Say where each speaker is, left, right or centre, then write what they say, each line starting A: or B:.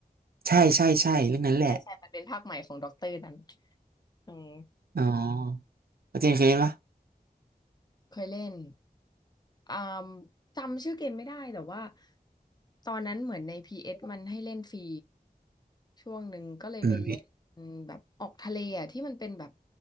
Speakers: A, on the right (about 70°); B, on the left (about 25°).
A: ใช่ใช่ใช่เรื่องนั้นแหละ
B: ใช่ใช่มันเป็นภาคใหม่ของด็อกเตอร์นั้นอืม
A: อ๋อ แล้วเจนเคยเล่นปะ
B: เออเคยเล่นอ่าจำชื่อเกมไม่ได้แต่ว่าตอนนั้นเหมือนใน PS มันให้เล่นฟรี ช่วงหนึ่งก็เลยไปเล่น
A: อืมพี่
B: แบบออกทะเลอ่ะที่มันเป็นแบบ